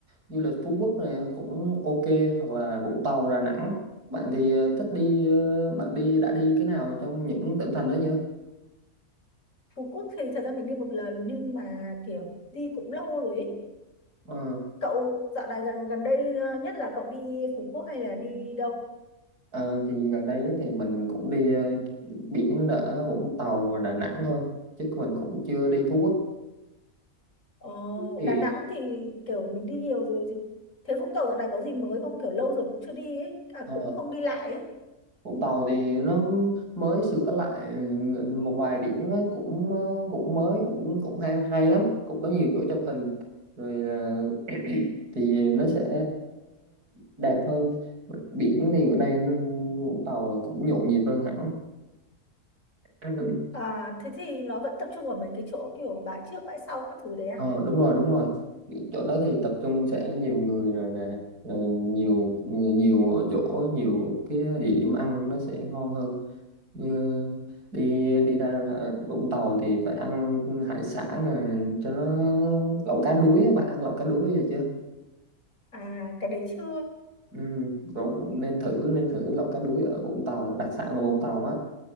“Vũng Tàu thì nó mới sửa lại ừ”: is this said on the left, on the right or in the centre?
Right